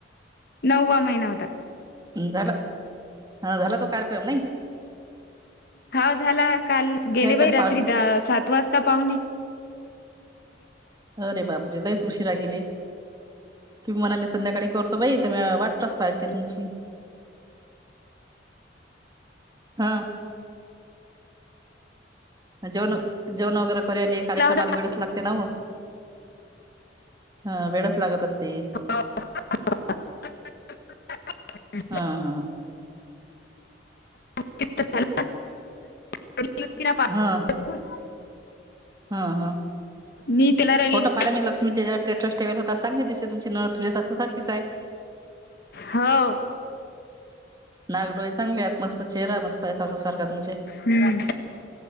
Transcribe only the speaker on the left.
नव्वा महिना होता.
हा झाला काल गेले
बाई रात्री
द सात वाजता पाहुणे
गेला
होता
<unintelligible>
<unintelligible> <unintelligible>
<unintelligible>
मी त्याला राहिलेली
होव
हम्